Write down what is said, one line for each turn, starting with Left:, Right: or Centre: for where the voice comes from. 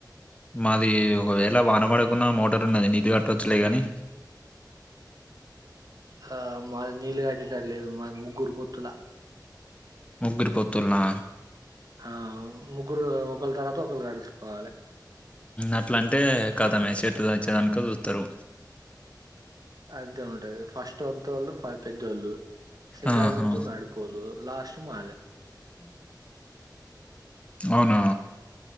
Left: మాది ఒకవేళ వాన పడుకున్న మోటార్ ఉన్నది నీళ్ళు కట్టచ్చలే కాని
Right: ఆ మాది నీళ్ళు కట్టేటట్ లేదు మాది ముగ్గురు పొత్తుల
Left: ముగ్గురు పోత్తుల్లనా
Right: ఆ ముగ్గురు ఒకళ్ళ తర్వాత ఒకరు గడుచుకోవాలె
Left: అట్ల అంటే కదమ్మే చెట్లు వచ్చేదంక చూతారు
Right: అంతే ఉంటది ఫస్ట్ వంతోళ్ళు పెద్దోళ్ళు సెకండ్
Left: ఆహా!
Right: వంతు నడుపొలు లాస్ట్ మాదే
Left: అవునా